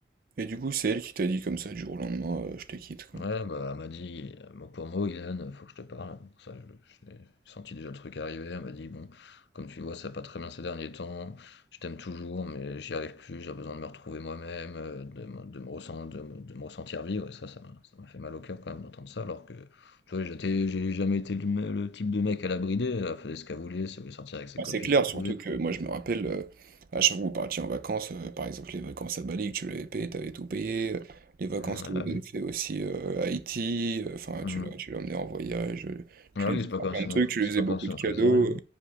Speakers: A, on the right; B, on the left.
A: Et du coup, c'est elle qui t'a dit comme ça du jour au lendemain, euh, je te quitte, quoi.
B: Ouais, bah, elle m'a dit, euh, mot pour mot, Ilan, faut que je te parle. Ça, je, je l'ai senti déjà le truc arriver. Elle m'a dit, bon, comme tu vois, ça va pas très bien ces derniers temps. Je t'aime toujours, mais j'y arrive plus. J'ai besoin de me retrouver moi-même, euh, de, me de me ressentir, de, me de me ressentir vivre. Et ça, ça m'a ça m'a fait mal au cœur quand même d'entendre ça, alors que, tu vois, j'étais- j'ai jamais été le, me- le type de mec à la brider. Elle faisait ce qu'elle voulait. Si elle voulait sortir avec ses
A: Bah,
B: copines,
A: c'est clair,
B: elle pouvait.
A: surtout que moi je me rappelle, euh, à chaque fois que vous partiez en vacances, euh, par exemple les vacances à Bali, que tu l'avais payé, t'avais tout payé, euh, les vacances
B: Mmh,
A: que vous
B: ah
A: avez
B: oui.
A: fait aussi euh, à Haïti, euh, enfin
B: Mmh.
A: tu l'as tu l'as emmené en voyage, euh,
B: Ah
A: tu lui
B: oui,
A: faisais
B: c'est pas
A: faire
B: comme
A: plein
B: si
A: de trucs,
B: on,
A: tu lui
B: c'est
A: faisais
B: pas
A: beaucoup
B: comme si
A: de
B: on
A: cadeaux,
B: faisait rien.
A: euh,